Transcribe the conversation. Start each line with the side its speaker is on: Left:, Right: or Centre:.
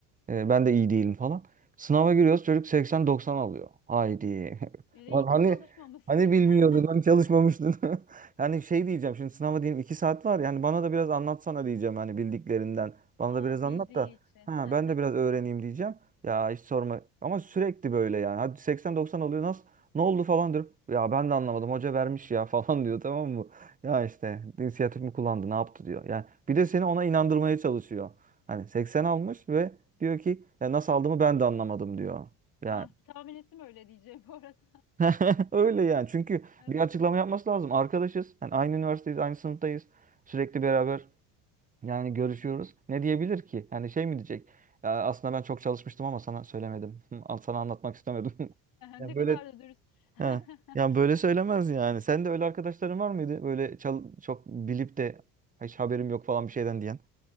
Right: e, ben de iyi değilim falan. Sınava giriyoruz çocuk 80-90 alıyor. Haydi.
Left: <laughs>
Right: <laughs>
Left: Bir de
Right: Lan
Left: iyi
Right: hani
Left: ki çalışmamışsın.
Right: hani bilmiyordun,
Left: <laughs>
Right: hani çalışmamıştın. <laughs> Yani şey diyeceğim şimdi sınava diyelim 2 saat var. Yani bana da biraz anlatsana diyeceğim hani bildiklerinden. Bana
Left: Ha,
Right: da biraz
Left: bildiği
Right: anlat da
Left: için.
Right: ha
Left: <laughs>
Right: ben de biraz öğreneyim diyeceğim. Ya hiç sorma. Ama sürekli böyle yani. Hadi 80-90 alıyor nasıl? Ne oldu falan diyorum. Ya ben de anlamadım. Hoca vermiş ya <laughs> falan diyor tamam mı? Ya işte inisiyatif mi kullandı ne yaptı diyor. Yani bir de seni ona inandırmaya çalışıyor. Hani 80 almış ve Diyor ki ya nasıl aldığımı ben de anlamadım diyor. Yani
Left: Ah, tahmin ettim öyle diyeceğim bu arada.
Right: <laughs> öyle yani. Çünkü
Left: <laughs>
Right: bir açıklama yapması lazım. Arkadaşız. Yani aynı üniversiteyiz, aynı sınıftayız. Sürekli beraber yani görüşüyoruz. Ne diyebilir ki? Yani şey mi diyecek? Ya aslında ben çok çalışmıştım ama sana söylemedim. <laughs> Al sana anlatmak istemedim. <laughs> Ya
Left: Ne
Right: böyle
Left: kadar da dürüst. <laughs>
Right: He. Yani böyle söylemez yani. Sen de öyle arkadaşların var mıydı? Böyle çal- çok bilip de hiç haberim yok falan bir şeyden diyen.